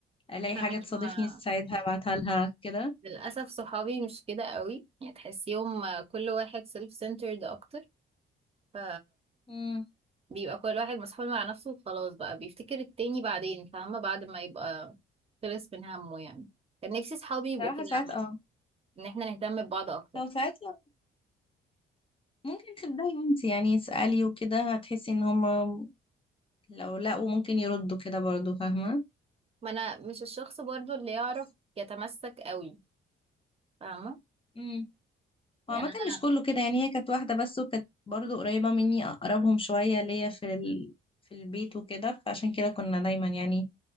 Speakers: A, on the left; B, on the right.
A: الاقي
B: فاهمك
A: حاجة تصادفني
B: انا
A: تساعدها ابعتها لها كده
B: للأسف صحابي مش كده قوي يعني تحسيهم كل واحد سيلف سنترد أكتر ف
A: امم
B: بيبقى كل واحد مسحول مع نفسه وخلاص بقى بيفتكر التاني بعدين فاهمة بعد ما يبقى خلص من همه يعني كان نفسي صحابي يبقوا
A: صراحة
B: كده
A: ساعات
B: عامة
A: اه
B: إن احنا نهتم ببعض أكتر
A: او ساعات لا ممكن تبدأي انت يعني اسألي وكده هتحسي ان هما لو لقوا ممكن يردوا كده برضو فاهمة
B: ما أنا مش الشخص برضو اللي يعرف
A: بس
B: يتمسك قوي فاهمة
A: امم وعامة
B: يعني أنا
A: مش كله كده يعني هي كانت واحدة بس وكانت برضو قريبة مني اقربهم شوية ليا في ال... في البيت وكده فعشان كده كنا دايما يعني